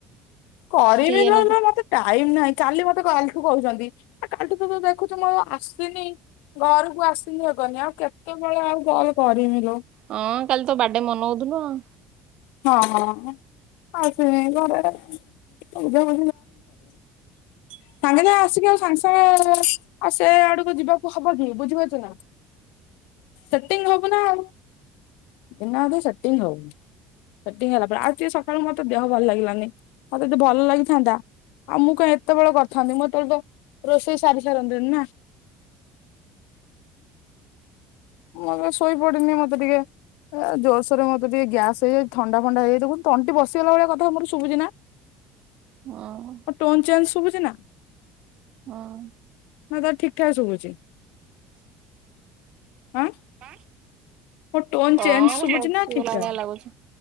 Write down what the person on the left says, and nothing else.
କରିବି
ନୁ
ନୁ ମତେ ଟାଇମ ନାହିଁ କାଲି ମତେ ମେ କାଲିଠୁ କହୁଛନ୍ତି ଆଉ କାଲିଠୁ ତ ତ ଦେଖୁଛୁ ମୁଁ ଆଉ ଆସିନି ଘରକୁ ଆସିିକି ଏକଲି ଆଉ କେତେବେଳେ ଆଉ କଲ କରିମି ଲୋ
ହଁ ହଁ ଆସ ଘର ଉଦା ଉି ଯା ପ ସାଙ୍ଗେ ଯ ଆସିକି ଆଉ ସାଙ୍ଗେ ସାଙ୍ଗେ ଆଉ ସେ ଆଡକୁ ଯିବା ହବ କି ବୁଝିପାରୁଛ ନା ସେଟିଂ ହବୁନା ଆଉ ଦିନେ ଅଧେ ନା ସେଟିଂ ହବୁ। ସେଟିଙ୍ଗ ହେଲା ପରେ ଆଉ ଟ ସକାଳୁ ମୋତେ ଦେହ ଭଲ ଲାଗିଲାନି ମତେତେ ଭଲ ଲାଗିଥାନ୍ତା ଆଉ ମୁଁ କଣ ଏତେବେଳେ କରିଥାନ୍ତି ମୁଁ ତେବେ ତ ରୋଷେଇ ସାରି ସାରନ୍ତିନି ନାଁ। ମୁଁ ଏ ଶୋଇ ପଡିନି ମତେ ଟିକେ ଜୋରସୋରେ ମତେ ଟିକେ ଗ୍ୟାସ ହେଇଯାଇ ଥଣ୍ଡା ଫଣ୍ଡା ହେଇଯାଇଛି ତଣ୍ଟି ବସିଗଲା ଭଳିଆ କଥା ମୋର ଶୁଭୁଛି ନାଁ।
ଓ ଟୋନ ଚେନ୍ସ ଶୁଭୁଛି ନାଁ।
ହଁ ତ ଠିକଠାକ ଶୁଭୁଛି। ଆଁ ମୋ ଟୋନ
ଚେଞଶୁଭୁଛି
ନା ଠିକଠାକ